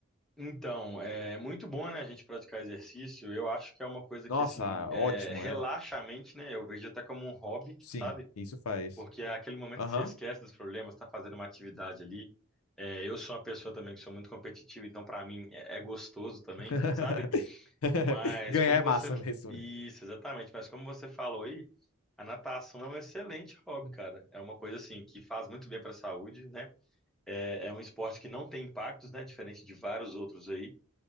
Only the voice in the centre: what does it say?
Então, é muito bom, né, a gente praticar exercício. Eu acho que é uma coisa
que, assim, é,
relaxa
a mente, né? Eu vejo até como um hobby,
sabe?
Porque é aquele momento
que você esquece dos problemas, tá fazendo uma atividade ali. É, eu sou uma pessoa também que sou muito competitiva, então pra mim é, é gostoso também,
sabe? Mas
como
você...
Isso, exatamente. Mas como você falou aí, a natação é um excelente hobby, cara. É uma coisa, assim, que faz muito bem pra saúde, né? É, é um esporte que não tem impactos, né? Diferente de vários outros aí